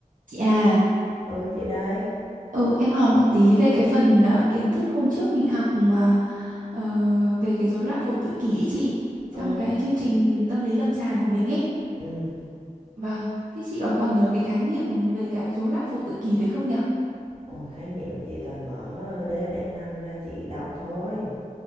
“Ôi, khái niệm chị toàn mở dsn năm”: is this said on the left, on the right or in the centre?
Right